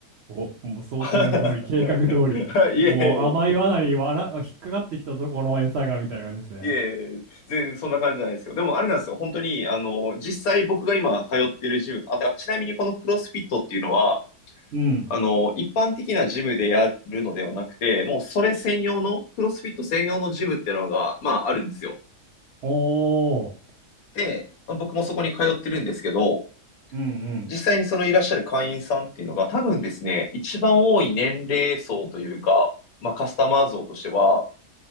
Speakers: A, on the right; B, on the left.
A: お、もう想定の通り、
B: <laughs> は
A: 計画通り、
B: いいえいえ。
A: お、甘い罠にわら、引っかかってきたぞ、この餌が、みたいな感じですね。
B: いえ、全然そんな感じじゃないですよ。でもあれなんですよ。本当に、あの、実際僕が今通ってるジム、あ、だからちなみにこのクロスフィットっていうのは、
A: うん。
B: あの、一般的なジムでやるのではなくて、もうそれ専用の、クロスフィット専用のジムっていうのが、まああるんですよ。
A: おー、
B: で、まあ僕もそこに通ってるんですけど、
A: うんうん。
B: 実際にそのいらっしゃる会員さんっていうのが多分ですね、一番多い年齢層というか、まあカスタマー層としては、